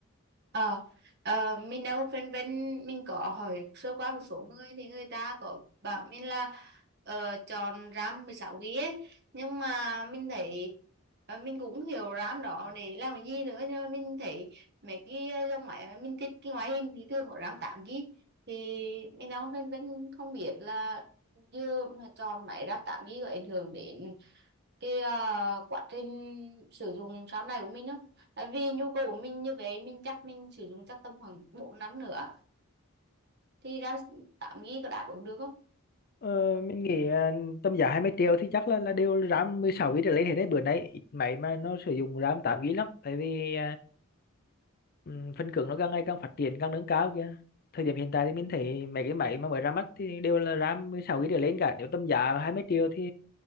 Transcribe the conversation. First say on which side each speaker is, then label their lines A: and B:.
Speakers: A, on the right; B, on the left.
A: Ờ, ờ, mình đâu vân vân mình có hỏi sơ qua một số người thì người ta có bảo mình là ờ, chọn RAM 16 GB ấy nhưng mà mình thấy ờ, mình cũng hiểu RAM đó để làm cái gì nữa nhưng mà mình thấy mấy cái ờ, dòng máy mà mình thích cái ngoại hình thì thường có RAM 8 GB thì mình đâu vân vân không biết là giờ mà chọn máy RAM 8 GB có ảnh hưởng đến cái ờ, quá trình sử dụng sau này của mình không tại vì nhu cầu của mình như vậy mình chắc mình sử dụng chắc tầm khoảng 4 năm nữa thì ra 8 GB có đáp ứng được không
B: Ờ,
A: Ừ,
B: mình nghĩ à, tầm giá 20 triệu thì chắc là là đều RAM 16 GB trở lên hết đấy bữa nay ít máy mà nó sử dụng RAM 8 GB lắm tại vì Ừm, phân cứng nó càng ngày càng phát triển càng nâng cao kìa thời điểm hiện tại thì mình thấy mấy cái máy mà mới ra mắt thì đều là RAM 16 GB trở lên cả nếu tầm giá
A: Dạ.
B: 20 triệu thì